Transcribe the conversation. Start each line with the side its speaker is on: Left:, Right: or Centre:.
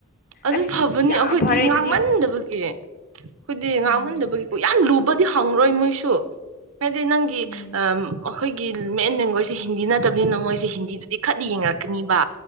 Right: ꯑꯗꯨ
Left: ꯑꯁ
Right: ꯐꯕꯅꯤ
Left: ꯌꯥꯝ
Right: ꯑꯩꯈꯣꯏꯗꯤ
Left: ꯐꯔꯦ
Right: ꯉꯥꯡꯃꯟꯗꯕꯒꯤ
Left: ꯑꯗꯨꯗꯤ
Right: ꯑꯩꯈꯣꯏꯗꯤ
Left: ꯎꯝ
Right: ꯉꯥꯡꯃꯟꯗꯕꯒꯤ ꯀꯨꯏ ꯌꯥꯝ ꯂꯨꯕꯗꯤ ꯍꯪꯔꯣꯏ ꯃꯣꯏꯁꯨ ꯍꯥꯏꯗꯤ ꯅꯪꯒꯤ
Left: ꯎꯝ
Right: ꯑ ꯑꯩꯈꯣꯏꯒꯤ ꯃꯦꯟ ꯂꯦꯡꯒ꯭ꯋꯦꯁꯁꯦ ꯍꯤꯟꯗꯤ ꯅꯠꯇꯕꯅꯤꯅ ꯃꯣꯏꯁꯦ ꯍꯤꯟꯗꯤꯗꯨꯗꯤ ꯈꯔꯗꯤ ꯌꯦꯡꯔꯛꯀꯅꯤꯕ